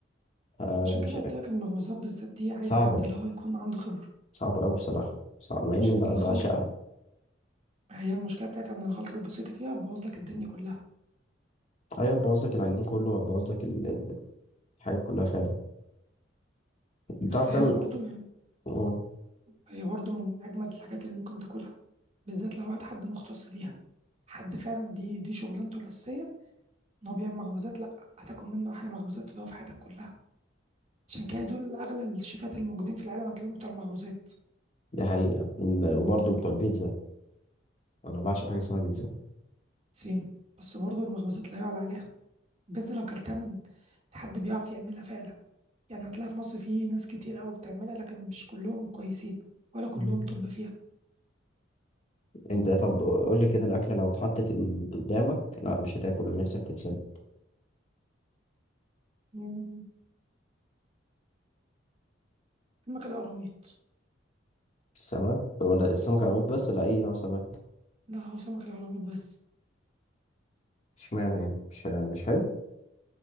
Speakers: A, on the left (about 35°); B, on the right (about 35°).
A: فمش
B: عشان كده قلت لك المخبوزات بالذات دي عايزة
A: صعبه
B: حد اللي هو يكون عنده خبرة
A: صعبة أوي بصراحة صعب مع إني
B: عشان
A: بع- بعشقها
B: الخلط هي المشكلة بتاعتي ان الخلطة البسيطة فيها بوظ لك الدنيا كلها
A: أيوة بوظ لك العجين كله وبوظ لك ال- ال- الحاجة كلها فعلا بتعرف
B: بس
A: تعمل
B: هي برضو يعني
A: مم،
B: هي برضو من أجمد الحاجات اللي ممكن تاكلها بالذات لو وقت حد مختص ليها حد فعلا دي دي شغلانته الأساسية إن هو بيعمل مخبوزات لأ هتاكل منه أحلى مخبوزات تدوقها في حياتك كلها عشان كده دول أغلى الشيفات الموجودين في العالم هتلاقيهم بتوع المخبوزات
A: دي حقيقة ال- وبرضه بتوع البيتزا أنا بعشق حاجة اسمها بيتزا
B: سيم بس برضو المخبوزات لا يعلى عليها بيتزا لو كلتها من حد بيعرف يعملها فعلا يعني هتلاقي في مصر في ناس كتير أوي بتعملها لكن مش كلهم كويسين ولا كلهم
A: مم.
B: طب فيها
A: أنت طب قول لي كده الأكلة لو اتحطت ال- قدامك لا مش هتاكل نفسك تتسد
B: مم، سمك القراميط
A: السمك ولا السمك عميق بس ولا أي نوع سمك
B: لا هو سمك القراميط بس
A: اشمعنى يعني مش مش حلو